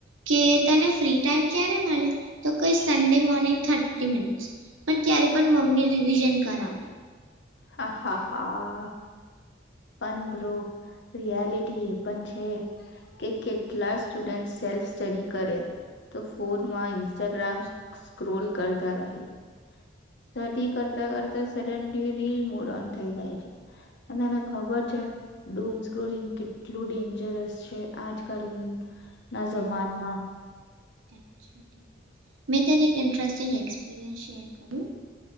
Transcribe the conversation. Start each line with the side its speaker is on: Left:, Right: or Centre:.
Right: કે તને ફ્રી ટાઈમ ક્યારે મળે તો કઈ સન્ડે મોર્નિંગ થર્ટી મિનિટસ પણ ત્યારે પણ મમ્મી રિવિઝન કરાવે
Left: હા હા હા. પણ બ્રો રિયાલિટી એ પણ છે, કે કેટલા સ્ટુડન્ટ સેલ્ફ સ્ટડી કરે, તો ફોનમાં ઇન્સ્ટાગ્રામ સ્ક્રોલ કરતા રહે. સ્ટડી કરતા કરતા સડનલી રીલ મોડ ઓન થઈ જાય છે, અને તને ખબર છે, ડૂમ સ્ક્રોલિંગ કેટલું ડેન્જરસ છે આજકાલ. ના જમાનમાં.
Right: <unintelligible> મેને સ્ટપ્યું